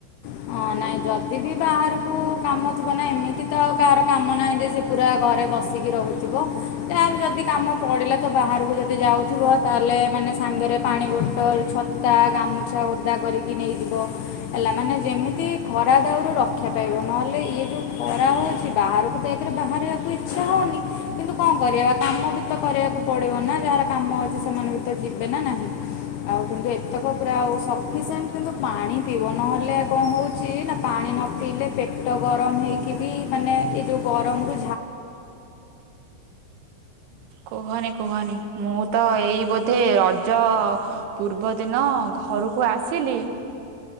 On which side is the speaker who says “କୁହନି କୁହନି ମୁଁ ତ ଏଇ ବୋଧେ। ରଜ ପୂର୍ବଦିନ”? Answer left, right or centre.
Right